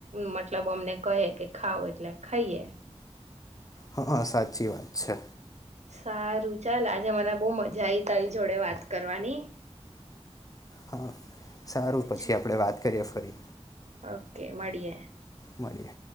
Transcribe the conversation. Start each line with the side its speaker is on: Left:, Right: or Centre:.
Right: મતલબ અમને કહે કે ખાવ, એટલે ખાઈએ.
Left: હા હ સાચી વાત છે.
Right: સારું ચાલ. આજે મને બહુ મજા આઈ તારી જોડે વાત કરવાની.
Left: હા સારું
Right: અચ્છા
Left: પછી આપડે વાત કરીએ. કરે
Right: ઓકે મળીએ. <inaudible>
Left: મળીએ